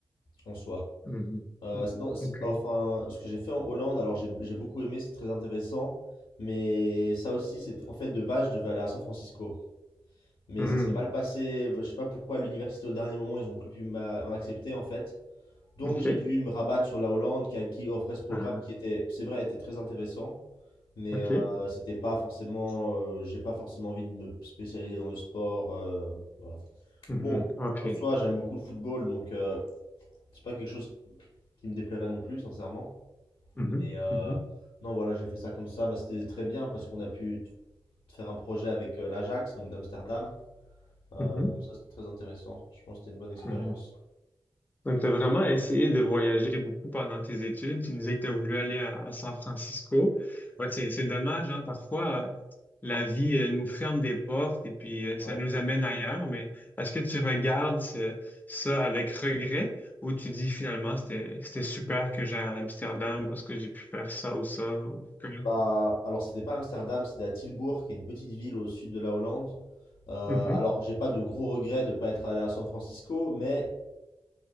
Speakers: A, on the left (about 85°); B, on the left (about 20°).
A: en soi.
B: Mhm.
A: Euh,
B: Mhm.
A: c'est- non, c'est-
B: OK.
A: enfin, ce que j'ai fait en Hollande, alors j'ai j'ai beaucoup aimé, c'est très intéressant, mais ça aussi, c'est en fait de base, je devais aller à San Francisco, mais
B: Mhm.
A: ça s'est mal passé. Je sais pas pourquoi à l'université au dernier moment, ils ont plus pu m'a- m'accepter en fait. Donc
B: Ok.
A: j'ai dû me rabattre sur la Hollande qui, a- qui offrait ce programme
B: Ah,
A: qui était, c'est vrai, était très intéressant, mais
B: Ok.
A: euh, c'était pas forcément, euh, j'ai pas forcément envie de me spécialiser dans le sport, euh, voilà.
B: Mhm.
A: Bon,
B: Okay.
A: en soi, j'aime beaucoup le football, donc euh, c'est pas quelque chose qui me déplairait non plus, sincèrement.
B: Mhm.
A: Mais euh,
B: Mhm.
A: non, voilà, j'ai fait ça comme ça. Bah, c'était très bien parce qu'on a pu t- faire un projet avec euh, l'Ajax, donc d'Amsterdam. Euh,
B: Mhm.
A: donc ça, c'était très intéressant. Je pense que c'était une bonne expérience.
B: Mhm. Donc, tu as vraiment essayé de voyager beaucoup pendant tes études. Tu disais que tu as voulu aller à, à San Francisco. Ouais, c'est, c'est dommage, hein. Parfois, euh, la vie, euh, nous ferme des portes et puis, euh, ça
A: Ouais.
B: nous amène ailleurs. Mais est-ce que tu regardes ce- ça avec regret ou tu dis finalement, c'était, c'était super que j'aille à Amsterdam parce que j'ai pu faire ça ou ça ou comment?
A: Bah, alors, c'était pas Amsterdam, c'était à Tilburg, qui est une petite ville au sud de la Hollande. Euh,
B: Mhm.
A: alors, j'ai pas de gros regrets de pas être allé à San Francisco, mais